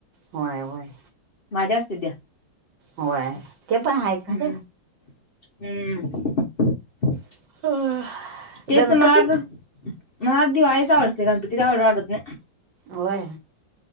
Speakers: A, on the right (about 80°); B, on the left (about 40°).
A: होय व्हय.
B: हा जास्त असतात त्या.
A: होय, ते पण हाय खरं.
B: हम्म हम्म.
A: <unintelligible>
B: तेच
A: गणपतीत
B: मला अगं मला दिवाळीच आवडते गणपती काय येवडा आवडत नाई.
A: होय,